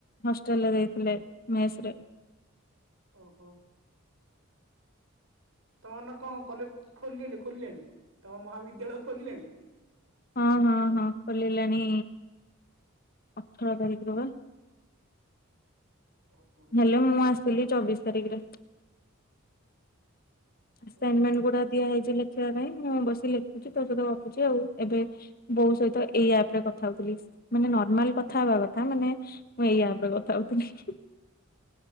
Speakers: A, on the left (about 45°); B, on the right (about 75°).
A: ହଷ୍ଟେଲରେ ଦେଇଥିଲେ ମେସ ରେ।
B: ଓହୋ। ତମର ନା କଣ କଲେଜ ଖୋିଲ ଖୋଲିଲେଣି ତମ ମହାବିଦ୍ୟାଳୟ ଖୋଲିଲାଣି?
A: ହଁ ହଁ ହଁ ଖଲିଲାଣି ଅଠର ତାରିଖରୁ ବା।
B: ଓହୋ
A: ହେଲେ ମୁଁ ଆସିଥିଲି ଚବିଶି ତାରିଖରେ। ଆସାଇନମେଣ୍ଟ
B: ଓହୋ
A: ଗୁଡା ଦିଆ ହେଇଛି ଲେଖିବା ପାଇଁ, ମୁଁ ବସି ଲେଖୁଛି, ତୋ ସହିତ ଗପୁଛି ଆଉ, ଏବେ ବୋଉ ସହିତ ଏଇ ଆପ ରେ କଥା ହଉଥିଲି, ମାନେ ନର୍ମାଲ କଥା ହବା କଥା ମାନେ ମୁଁ ଏଇ ଆପରେ କଥା ହଉଥିଲି।